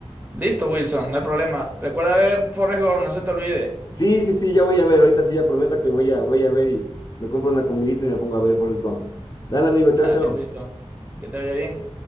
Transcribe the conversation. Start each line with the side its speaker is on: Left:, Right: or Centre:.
Right: Listo, Wilson, no hay problema. Recuerda ver Forrest Gump, no se te olvide.
Left: Sí, sí, sí, ya voy a ver. Ahorita sí ya prometo que voy a, voy a ver y me compro una comidita y me pongo a ver Forrest Gump. Dale, amigo, chao,
Right: Dale,
Left: chao.
Right: Wilson, que te vaya bien.